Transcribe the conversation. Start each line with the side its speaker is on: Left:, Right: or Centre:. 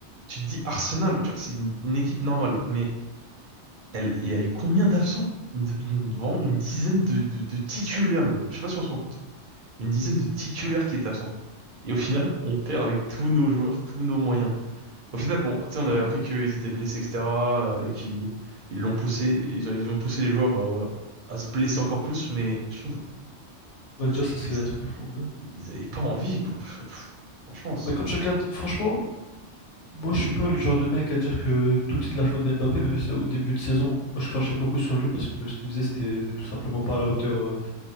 Right: tu te dis Arsenal, tu vois, c'est une, une équipe normale, mais elle, il y a eu combien d'absents? Une, une- vraiment une dizaine de, de, de titulaires, gros. Je sais pas si on se rend compte. Une dizaine de titulaires qui étaient absents. Et au final, on perd avec tous nos joueurs, tous nos moyens. Au final, bon, tu sais, on avait
Left: Ouais.
Right: appris qu'ils étaient blessés, etc., euh, et qu'ils ils l'ont poussé, ils ont, ils ont poussé les joueurs euh, à se blesser encore plus, mais je trouve
Left: Ouais,
Right: ils
Left: déjà
Right: avaient
Left: ça c'est
Right: plus,
Left: un truc de fou. Mais...
Right: ils avaient pas envie, quoi. Pff, Franchement, c'est
Left: mais quand je regarde, franchement, moi je suis pas le genre de mec à dire que tout est de la faute d'Mbappé, même si au début de saison je crachais beaucoup sur lui parce que ce qu'il faisait c'était tout simplement pas à la hauteur euh,